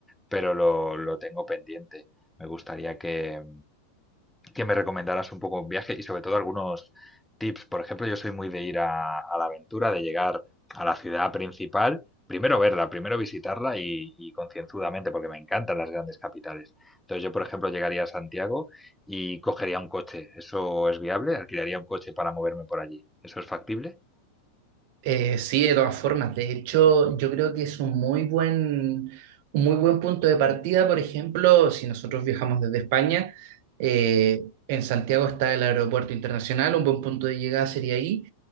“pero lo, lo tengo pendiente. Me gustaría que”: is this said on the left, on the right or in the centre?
Centre